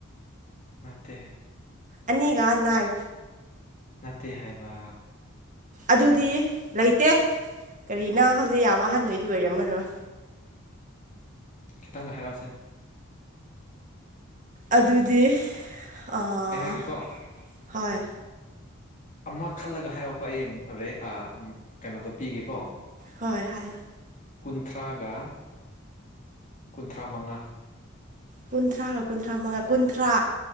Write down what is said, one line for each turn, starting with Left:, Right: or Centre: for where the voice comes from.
Left: ꯅꯠꯇꯦ
Right: ꯑꯅꯤꯒ ꯅꯥꯏꯟ
Left: ꯅꯠꯇꯦ ꯍꯥꯏꯕ
Right: ꯑꯗꯨꯗꯤ ꯂꯩꯇꯦ ꯀꯔꯤꯅ ꯍꯧꯖꯤꯛ ꯌꯥꯝ ꯑꯍꯟ ꯑꯣꯏꯗꯤ ꯑꯣꯏꯔꯝꯃꯔꯣꯏ
Left: ꯈꯤꯇꯪꯒ ꯍꯥꯏꯔꯛꯑꯣꯁꯦ
Right: ꯑꯗꯨꯗꯤ ꯑꯥ
Left: ꯑꯩ ꯍꯥꯏꯒꯦꯀꯣ
Right: ꯍꯣꯏ
Left: ꯑꯃ ꯈꯜꯂꯒ ꯍꯥꯏꯔꯛꯑꯣꯀꯣ ꯑꯩ ꯔꯦꯠ ꯀꯩꯅꯣꯗꯣ ꯄꯤꯒꯦꯀꯣ
Right: ꯍꯣꯏ ꯍꯥꯏꯌꯣ
Left: ꯀꯨꯟꯊ꯭ꯔꯥꯒ ꯀꯨꯟꯊ꯭ꯔꯥ ꯃꯉꯥ
Right: ꯀꯨꯟꯊ꯭ꯔꯥꯒ ꯀꯨꯟꯊ꯭ꯔꯥ ꯃꯉꯥ ꯀꯨꯟꯊ꯭ꯔꯥ